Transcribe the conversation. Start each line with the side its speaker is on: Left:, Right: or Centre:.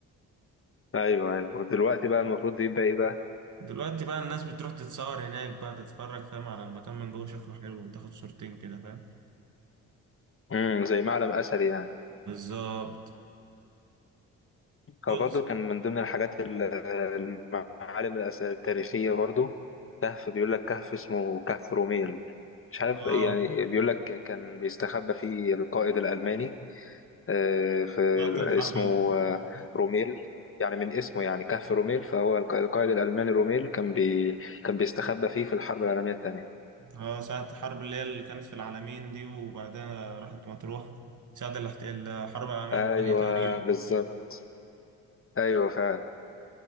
Left: ايوه ايوه ودلوقتي بقى المفروض يبقى ايه بقى
Right: دلوقتي بقى الناس بتروح تتصور هناك بقى تتفرج فاهم على المكان من جوه شكله حلو وتاخد صورتين كده فاهم
Left: امم زي معلم اثري يعني
Right: بالظبط بص
Left: هو برضه كان من ضمن الحاجات ال- المعالم الأث- التاريخية برضه كهف بيقول لك كهف اسمه كهف روميل مش عارف يعني
Right: اه
Left: بيقول لك كان بيستخبى فيه القائد الألماني آه، في
Right: ساعة الحرب
Left: اسمه
Right: ال-
Left: آه، روميل يعني من اسمه يعني كهف روميل فهو الق- القائد الألماني روميل كان بي كان بيستخبى فيه في الحرب العالمية الثانية
Right: اه ساعة الحرب اللي هي اللي كانت في العالمين دي وبعدها راحت مطروح ساعة الاحت- الحرب العالمية
Left: أيوه
Right: الثانية تقريبا
Left: بالظبط أيوه فعلا